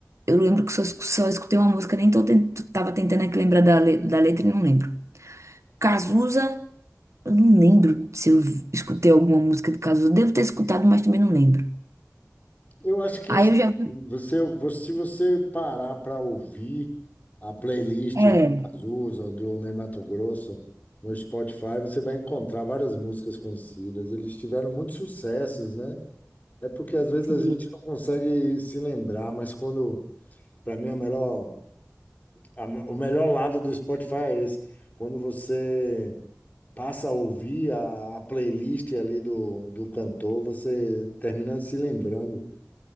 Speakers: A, on the right; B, on the left.
A: eu lembro que só, escu- só escutei uma música, nem tô tent- tava tentando aqui lembrar da, le- da letra e não lembro. Cazuza, eu não lembro se eu escutei alguma música de Cazuza. Devo ter escutado, mas também não lembro.
B: Eu acho que
A: Aí eu já
B: você, você- se você parar para ouvir a playlist
A: É,
B: de Azul ou do Ney Mato no Spotify, você vai encontrar várias músicas conhecidas. Eles tiveram muitos sucessos, né? É porque às vezes
A: sim,
B: a gente não consegue se lembrar, mas quando, para mim, a melhor, a- o melhor lado do Spotify é esse. Quando você passa a ouvir a, a playlist ali do, do cantor, você termina se lembrando.